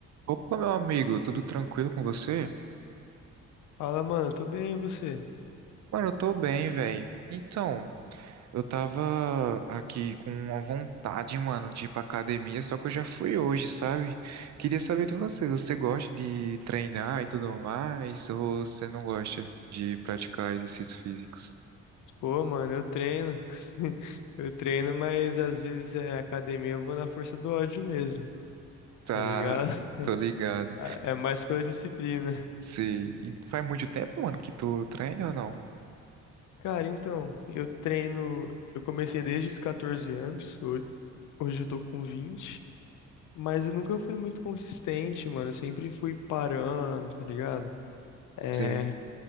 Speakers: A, on the right (about 65°); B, on the left (about 80°).
A: Opa, meu amigo, tudo tranquilo com você?
B: Fala, mano, tô bem, e você?
A: Mano, eu tô bem, velho. Então, eu tava aqui com uma vontade, mano, de ir pra academia, só que eu já fui hoje, sabe? Queria saber de você, você gosta de treinar e tudo mais, ou você não gosta de praticar exercícios físicos?
B: Pô, mano, eu treino. <laughs> Eu treino, mas às vezes é academia, eu vou na força do ódio mesmo,
A: Tá,
B: tá ligado? <laughs>
A: tô ligado.
B: Ah, É mais pela disciplina.
A: Sei. E faz muito tempo, mano, que tu treina ou não?
B: Cara, então, eu treino, eu comecei desde os 14 anos, hoje, hoje eu tô com 20, mas eu nunca fui muito consistente, mano, eu sempre fui parando, tá ligado? É,
A: Sei,